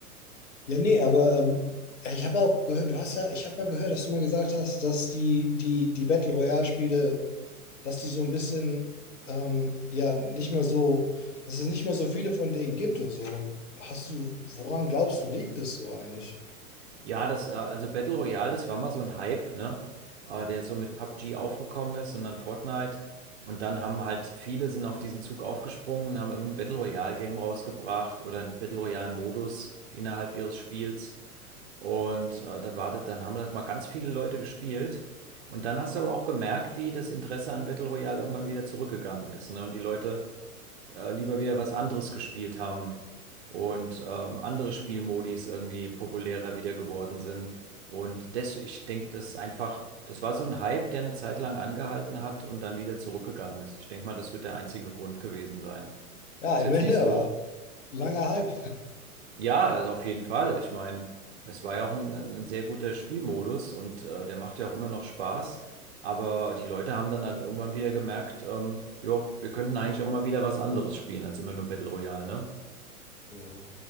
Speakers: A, on the left; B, on the right.
A: Ja, nee, aber ähm, ich habe auch gehört, du hast ja, ich habe mal gehört, dass du mal gesagt hast, dass die, die, die Battle Royale-Spiele dass die so ein bisschen, ähm, ja, nicht mehr so, dass es nicht mehr so viele von denen gibt und so. Und hast du, woran glaubst du, liegt es so eigentlich?
B: Ja, das, äh, also Battle Royale, das war mal so ein Hype, ne? Äh,
A: Mhm.
B: der so mit PUBG aufgekommen ist und dann Fortnite. Und dann haben halt viele sind auf diesen Zug aufgesprungen, und haben irgendein Battle Royale Game rausgebracht oder ein Battle Royale Modus innerhalb ihres Spiels. Und äh, dann war das, dann haben das mal ganz viele Leute gespielt. Und dann hast du aber auch gemerkt, wie das Interesse an Battle Royale irgendwann wieder zurückgegangen ist, ne? Und die Leute äh, lieber wieder was anderes gespielt haben und ähm, andere Spielmodis irgendwie populärer wieder geworden sind. Und
A: Mhm.
B: das, ich denke, das ist einfach, das war so ein Hype, der eine Zeit lang angehalten hat und dann wieder zurückgegangen ist. Ich denke mal, das wird der einzige Grund gewesen sein.
A: Ja,
B: Ist
A: immerhin,
B: jetzt nicht so.
A: aber langer Hype.
B: Ja, also auf jeden Fall. Ich meine, es war ja auch ein, ein ein sehr guter Spielmodus und äh, der macht ja auch immer noch Spaß. Aber die Leute haben dann halt irgendwann wieder gemerkt, ähm, ja, wir könnten eigentlich auch mal wieder was anderes spielen als immer nur Battle Royale, ne?
A: Ja.